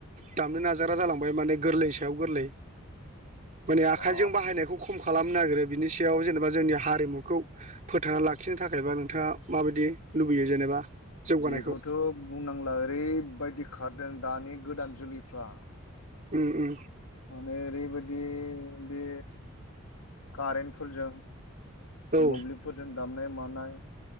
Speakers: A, on the right; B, on the left.
A: दामनो नाजारा जालांबाय माने गोरलै गै मान आ
B: बा
A: बायनाय खनो बिनि सायाव जेनेबा जोंनि हारिमुखौ फोथांना लाखिनो थाखायबा नोंथाङा माबायदि लुबैयो जेनेबा जौगानायखौ
B: बेखौथ' बुंनांला ओरैबायदि खारदों दानि गोदान जुलिैफ्रा
A: उ उ
B: माने ओरैबायदि बे कारेन्टफोरजों
A: औ
B: मोब्लिबफोरजों दामनाय मानाय